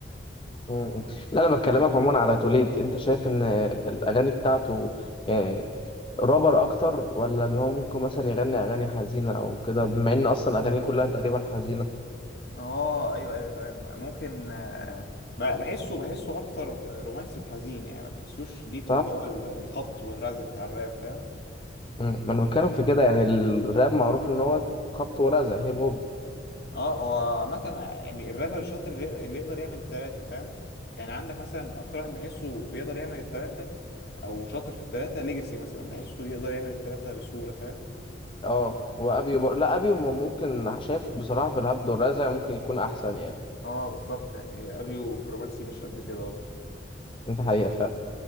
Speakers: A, on the left; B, on the left.
A: مم. لا انا بكلمك عموما على توليد انت شايف ان الاغاني بتاعته يعني رابر اكتر ولا اللي هو ممكن مثلا يغني اغاني حزينه او كده بما ان اصلا اغانيه كلها تقريبا حزينه
B: اه ايوه ايوه تمام ممكن آه، ب- بحسه بحسه اكتر رومانسي وحزين يعني ما بحسوش ليه في
A: صح
B: اللي هو ال- الخبط والرزع بتاع الراب فاهم
A: مم. ما انا بتكلم في كده يعني الراب معروف ان هو خبط ورزع هيب هوب
B: اه هو عامة يعني الرابر الشاطر اللي اللي يقدر يعمل التلاتة فاهم يعني عندك مثلا أكتر واحد بحسه بيقدر يعمل التلاتة أو شاطر في التلاتة ليجاسي مثلا بحسه يقدر يعمل التلاتة بسهولة فاهم
A: اه وابيو بر... لا ابيو م- ممكن شايف بصراحه في الهبد والرزع ممكن يكون احسن يعني
B: اه بالظبط يعني ابيو في الرومانسي مش قد كده برضه
A: انت حقيقه فعلا